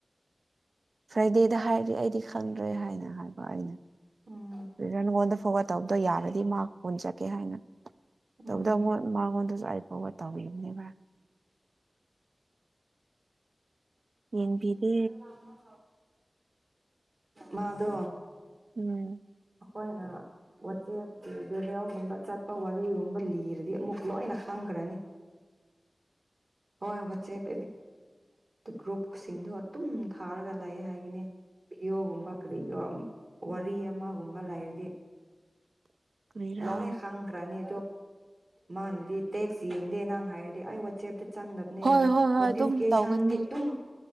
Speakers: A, on the right; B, on the right.
A: ꯐ꯭ꯔꯥꯏꯗꯦꯗ ꯍꯥꯏꯔꯤ ꯑꯩꯗꯤ ꯈꯪꯗ꯭ꯔꯦ ꯍꯥꯏꯅ ꯍꯥꯏꯕ ꯑꯩꯅ
B: ꯎꯝ
A: <unintelligible> ꯇꯧꯗꯣ ꯌꯥꯔꯗꯤ ꯃꯍꯥꯛ ꯄꯨꯟ ꯆꯀꯦ ꯍꯥꯏꯅ
B: ꯎꯝ
A: ꯇꯧꯕꯗꯣꯟ ꯃꯥꯒꯣꯟꯗꯁꯨ ꯐꯥꯎꯕ ꯇꯧꯕꯤꯕꯅꯦꯕ ꯌꯦꯡꯕꯤꯗꯦ
B: ꯎ ꯆ ꯀ ꯃꯥꯗꯣ
A: ꯎꯝ
B: ꯑꯩꯈꯣꯏꯅ ꯋꯥꯆꯦꯞꯀꯤ ꯚꯦꯔꯤꯑꯣꯒꯨꯝꯕ ꯆꯠꯄ ꯋꯥꯔꯤꯒꯨꯝꯕ ꯂꯤꯔꯗꯤ ꯑꯃꯨꯛ ꯂꯣꯏꯅ ꯈꯪꯈ꯭ꯔꯅꯤ ꯍꯣꯏ ꯋꯥꯆꯦꯞ ꯒ꯭ꯔꯨꯞꯁꯤꯡꯗꯣ ꯑꯗꯨꯝ ꯊꯥꯔꯒ ꯂꯩ ꯍꯥꯏꯒꯅꯤ ꯚꯤꯗꯤꯑꯣꯒꯨꯝꯕ ꯀꯔꯤꯒꯨꯝ ꯋꯥꯔꯤ ꯑꯃꯒꯨꯝꯕ ꯂꯩꯔꯗꯤ
A: ꯀꯔꯤꯔꯥ
B: ꯂꯣꯍꯦ ꯈꯪꯈꯔꯥꯅꯤ ꯃꯥꯅꯗꯤ ꯇꯦꯛꯁ ꯌꯦꯡꯗꯦ ꯅꯪ ꯍꯥꯏꯔꯗꯤ ꯑꯩ ꯋꯥꯆꯦꯞꯇ ꯆꯪꯗꯕꯅꯦ
A: ꯍꯣꯏ
B: ꯍꯥꯏꯌꯦ
A: ꯍꯣꯏ ꯍꯣꯏ
B: ꯅꯣꯇꯤꯐꯤꯀꯦꯁꯟꯗꯤ
A: ꯑꯗꯨꯝ ꯇꯧꯒꯅꯤ
B: ꯎꯝ